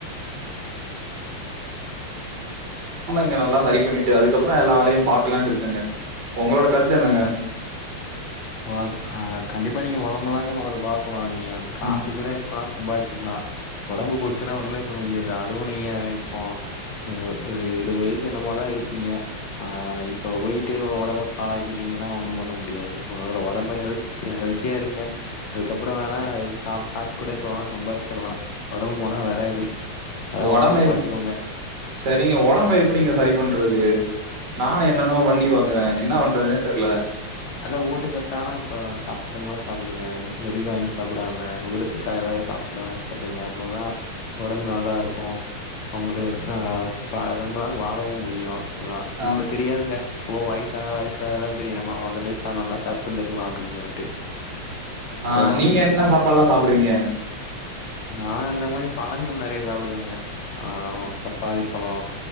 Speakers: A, on the right; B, on the left.
A: ஃபுல்லா இங்க நல்லா சரி பண்ணிட்டு அதுக்கப்றோ எல்லா வேலையு பாக்கலான்ட்ருக்கேங்க உங்களோட கருத்து என்னங்க
B: ஆ ஆ கண்டிப்பாக நீங்க ஒடம்பு தாங்க மொதல்ல பாக்கணு நீங்க காசு
A: ம்.
B: கூட எப்பாஸ் சம்பாரிச்சுக்கலா ஒடம்பு போச்சுன்னா ஒன்னுமே பண்ண முடியாது அதுவு நீங்க இப்போ இ இ இருபது வயசு என்னமோதா இருக்கீங்க ஆ இப்ப போயிட்டு ஒடம்ப பாழாக்கிட்டீங்கன்னா ஒன்னூ பண்ண முடியாது மொதல ஒடம்ப ஹெல்த் ஹெல்த்தியா இருங்க அதுக்கப்றோ வேணா சா காஸ் கூட போனா சம்பாரிச்சிர்லா ஒடம்பு போனா வராது அதனால
A: ஒடம்ப எப்
B: பாத்துக்கோங்க
A: சரிங்க ஒடம்ப எப்டிங்க சரி பண்றது நா என்னென்னவோ பண்ணி பாக்குறே என்ன பண்றதுனே தெர்ல
B: நல்ல ஊட்டச்சத்தானா ப சாப்டுங்களா சாப்டுங்க வெளியில வாங்கி சாப்டாம ஊட்டச்சத்தா ஏதா சாப் ல்லா வாங்கி சாப்டுங்க அவ்ளதா ஒடம்பு நல்லாருக்கூ உங்களையு ஆ பா ரொம்ப நாள் வாழவு முடியு அப்பதா
A: ஆ,
B: இப்பத் தெரியாதுங்க ஓ வயிசாவ வயிசாவதா தெரியு நம்ம வெளி சானோனா சாப்த்துங்குலா அப்டின் சொல்ட்டு
A: ஆ.
B: சோ
A: நீங்க என்ன சாப்பாடுலாம் சாப்பிடுவீங்க?
B: நா இந்த மாரி பழங்கள் நறைய சாப்டுவேங்க ஆ பப் பாளி பழோ